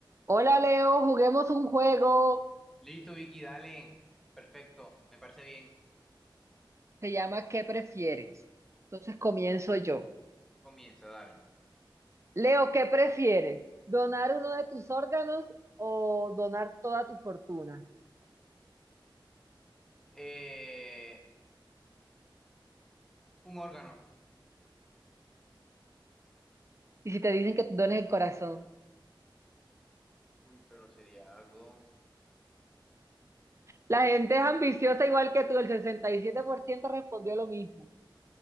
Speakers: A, on the right (about 35°); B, in the centre.
A: Hola Leo, juguemos un juego.
B: Listo, Vicky, dale. Perfecto, me parece bien.
A: Se llama ¿Qué prefieres? Entonces comienzo yo.
B: Comienza, dale.
A: Leo, ¿qué prefieres? ¿Donar uno de tus órganos o donar toda tu fortuna?
B: Eh, un órgano.
A: Y si te dicen que dones el corazón.
B: Uy, pero sería algo.
A: La gente es ambiciosa igual que tú, el 67% respondió lo mismo.